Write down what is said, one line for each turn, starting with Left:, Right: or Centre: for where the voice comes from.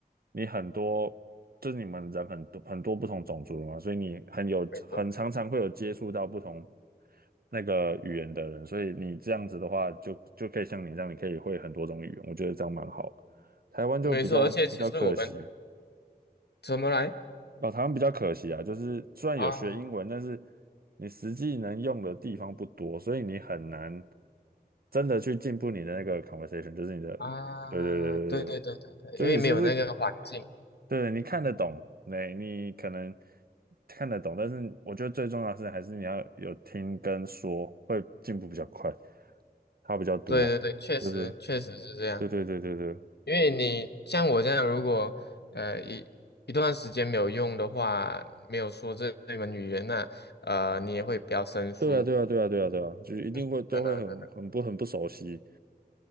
Right: 你很多就是你们人很多很多不同种族的嘛，所以你很有很常常会有接触到不同
Left: 没错
Right: 那个语言的人，所以你这样子的话就，就可以像你这样，你可以会很多种语言，我觉得这样蛮好。台湾就比较比较可惜。
Left: 没错，而且其实我们怎么来
Right: 老台湾比较可惜啊，就是虽然有学英文，
Left: 啊
Right: 但是你实际能用的地方不多，所以你很难真的去进步你的那个 conversation，就是你的，
Left: 啊，
Right: 对对对对对，
Left: 对对对对对，
Right: 就是你是不是
Left: 因为没有那个环境，
Right: 对你看得懂，你你可能看得懂，但是我觉得最重要的是还是你要有听跟说，会进步比较快，差比较多，
Left: 对对对，确实确实是这样，
Right: 就是对对对对对。
Left: 因为你像我这样，如果呃一一段时间没有用的话，没有说这这门语言呢，呃，你也会比较生疏，
Right: 对啊，对啊，对啊，对啊，对啊，就是一定会都会很很不很不熟悉，
Left: 嗯，真的真的。